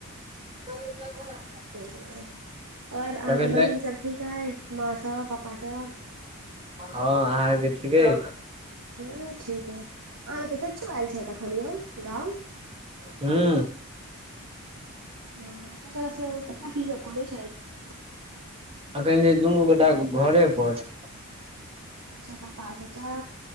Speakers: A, on the right; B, on the right.
A: <unintelligible>
B: तै दुआरे और
A: छै
B: अहाँके बहिन सब ठीक अइ? माँ सब पापा सब?
A: हँ अहाँके ठीके अइ।
B: हमरो ठीक अइ। अहाँके त चच्चो आएल छथि अखन यौ गाँंव?
A: <inaudible> हूं।
B: हेलो चच्चा सब, चच्चा की सब करै छथि?
A: अखन छै दुनू गोटा घरे पर।
B: अच्छा पप्पा आ चच्चा?